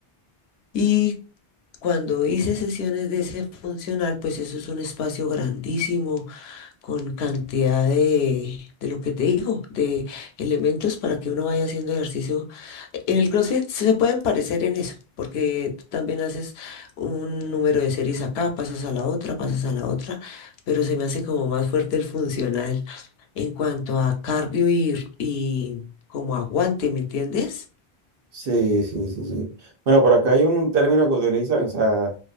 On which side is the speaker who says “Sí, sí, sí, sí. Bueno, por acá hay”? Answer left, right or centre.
Right